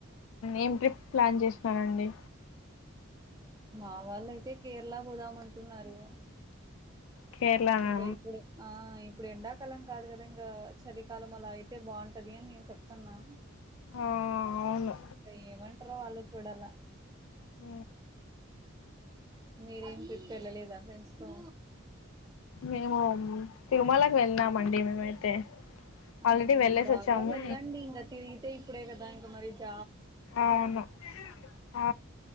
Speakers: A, on the left; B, on the right.
A: ఏం ట్రిప్ ప్లాన్ చేసిననండి
B: మా వాళ్ళు అయితే కేరళ పోదామంటున్నారు
A: కేరళనా
B: కాపుడు ఆ ఇప్పుడు ఎండాకాలం కాదు కదా ఇంకా చలికాలం అలా అయితే బాగుంటది అని నేను చెప్తున్నా
A: ఆ అవును
B: ఇంకా ఏమంటార ఆలోచ చుడలా
A: అ
B: మీరేం వెళ్ళలేదా ఫ్రెండ్స్ తో
A: మేము తిరుమలకి వెళ్ళినామండి మేమైతే
B: ఆ
A: ఆల్రెడీ వెళ్ళేసి
B: బాగా
A: వచ్చాము
B: వెళ్ళండి ఇంకా తిరిగితే కప్పుడే కదాం మరి చ
A: అవును ఆ